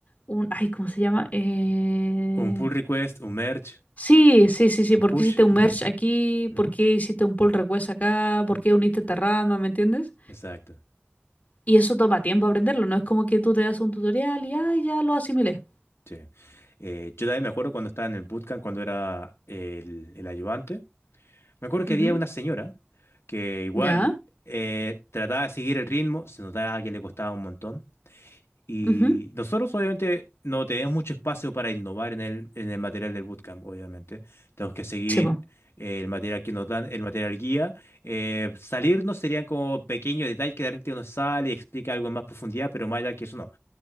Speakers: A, on the left (about 35°); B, on the left (about 75°).
A: un, ay, ¿cómo se llama? Eh...
B: Un pull request, un merge,
A: Sí, sí, sí, sí. ¿Por
B: un push.
A: qué hiciste un
B: Ujú,
A: merge aquí?
B: ujú.
A: ¿Por qué hiciste un pull request acá? ¿Por qué uniste esta rama? ¿Me entiendes?
B: Exacto.
A: Y eso toma tiempo aprenderlo, no es como que tú te das un tutorial y ay, ya lo asimilé.
B: Sí. Eh, yo también me acuerdo cuando estaba en el bootcamp, cuando era el, el ayudante. Me acuerdo que
A: Ujú,
B: había una señora que igual
A: Ya.
B: eh, trataba de seguir el ritmo, se notaba que le costaba un montón. Y
A: ujú.
B: nosotros obviamente no tenemos mucho espacio para innovar en el, en el material del bootcamp, obviamente. Tenemos que seguir
A: Sí, pues,
B: eh, el material que nos dan, el material guía. Eh, salirnos serían como pequeños detalles que de repente uno sale y explica algo en más profundidad, pero más allá que eso no.